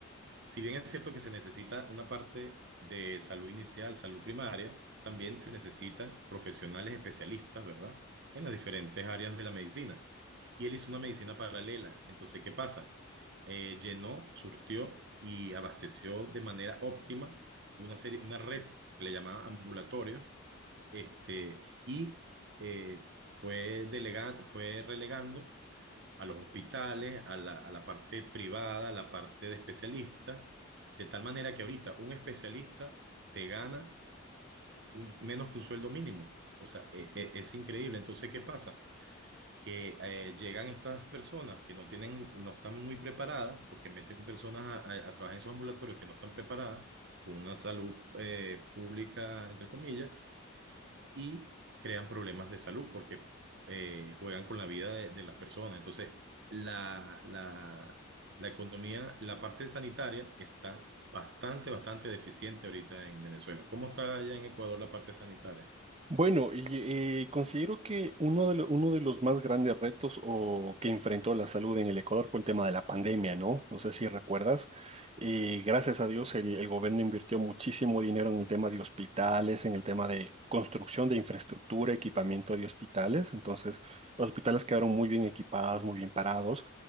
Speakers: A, on the right (about 60°); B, on the right (about 30°).
A: Si bien es cierto que se necesita una parte de salud inicial, salud primaria, también se necesitan profesionales especialistas, ¿verdad? En las diferentes áreas de la medicina. Y él hizo una medicina paralela. Entonces, ¿qué pasa? Eh, llenó, surtió y abasteció de manera óptima una serie, una red que le llamaba ambulatorio, este, y eh, fue delegando, fue relegando a los hospitales, a la, a la parte privada, a la parte de especialistas, de tal manera que ahorita un especialista te gana un- menos que un sueldo mínimo. O sea, e- e- es, increíble. Entonces, ¿qué pasa? Que eh, llegan estas personas que no tienen, no están muy preparadas, porque meten personas a, a- a trabajar en esos ambulatorios que no están preparadas, con una salud eh, pública, entre comillas, y crean problemas de salud porque eh, juegan con la vida de, de las personas. Entonces, la, la, la economía, la parte sanitaria está bastante, bastante deficiente ahorita en Venezuela. ¿Cómo está allá en Ecuador la parte sanitaria?
B: Bueno, y, eh, considero que uno de, lo- uno de los más grandes retos o que enfrentó la salud en el Ecuador fue el tema de la pandemia, ¿no? No sé si recuerdas. Eh, gracias a Dios, el, el gobierno invirtió muchísimo dinero en el tema de hospitales, en el tema de construcción de infraestructura, equipamiento de hospitales. Entonces, los hospitales quedaron muy bien equipados, muy bien parados